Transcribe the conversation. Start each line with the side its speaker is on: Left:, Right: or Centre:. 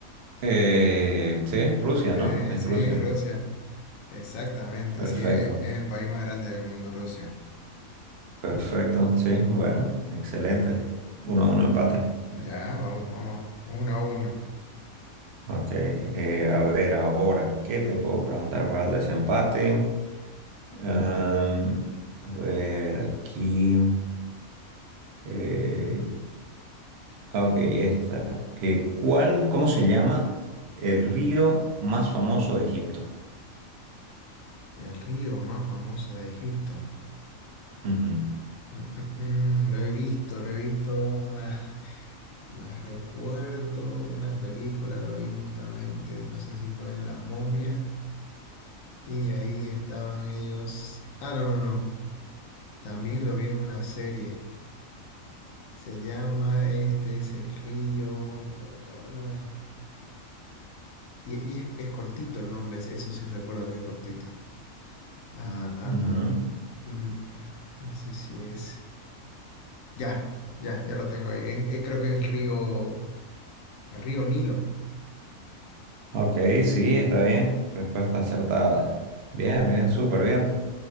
Right: eh, sí, Rusia,
Left: Sí,
Right: ¿no? Es
Left: sí,
Right: Rusia.
Left: Rusia. Exactamente.
Right: Perfecto.
Left: Sí, e- es, el país más grande del mundo, Rusia.
Right: Perfecto, sí, bueno, excelente. Uno a uno empate.
Left: Ya, vamos, vamos. Uno a uno.
Right: Ok, eh, a ver ahora, ¿qué te puedo preguntar para el desempate? Am, a ver, aquí. eh, ok, esta. eh, ¿cuál, cómo se llama el río más famoso de Egipto?
Left: El río más famoso de Egipto.
Right: Ujú,
Left: Mm, mm, mm, lo he visto, lo he visto una. <laughs> Me recuerdo en una película, lo vi justamente. No sé si fue en La Momia. Y ahí estaban ellos. Ah, no, no, no. También lo vi en una serie. Se llama Este es el río. eh, eh, eh, Y, y es, es cortito el nombre, ese- eso sí recuerdo que es cortito. Ah, ah,
Right: ujú.
Left: ah, mm, no sé si es. Ya, ya, ya lo tengo ahí. Es- es- creo que es el río, el río Nilo.
Right: Ok,
Left: Eh, no-
Right: sí, está bien. Respuesta acertada. Bien, bien, súper bien.